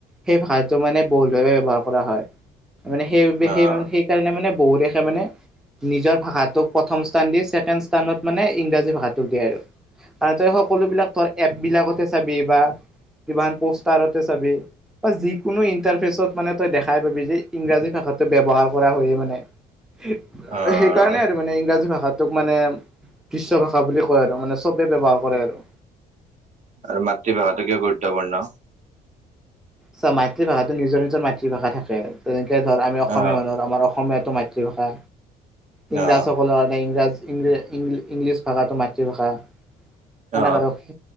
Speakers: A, in the centre; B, on the right.
A: সেই ভাষটো মানে বহল ভাৱে ব্যৱহাৰ কৰা হয়, মানে সেইবাবে
B: অ'
A: সেই-সেই সেইকাৰণে মানে বহু দেশে মানে নিজৰ ভাষাটোক প্ৰথম স্থান দি, ছেকেণ্ড স্থানত মানে ইংৰাজী ভাষাটোক দিয়ে আৰু। আৰু তই সকলোবিলাক ধৰ, এপ বিলাকতে চাবি বা কিমান পষ্টাৰতে চাবি বা যিকোনো ইণ্টাৰফেচত মানে তই দেখাই পাবি যে, ইংৰাজী ভাষাটো ব্যৱহাৰ কৰা হৈয়ে মানে। সেইকাৰণে
B: অ'
A: আৰু মানে ইংৰাজী ভাষাটোক মানে বিশ্ব ভাষা বুলি কোৱা কয় আৰু মানে চবেই ব্যৱহাৰ কৰে আৰু।
B: আৰু মাতৃভাষাটো কিয় গুৰুত্বপূৰ্ণ?
A: চা, মাতৃ ভাষাটো নিজৰ নিজৰ মাতৃভাষা থাকে, তেনেকে ধৰ আমি অসমীয়া
B: অ'
A: মানুহৰ, আমাৰ অসমীয়াটো মাতৃ তৃভাষা, ইংৰাজ
B: অ'
A: সকলৰ কাৰণে ইংৰাজী ইংৰাজ-ইংলি-ইংলিছ ভাষাটো মাতৃভাষা, হেনেকে
B: অ'
A: ধৰ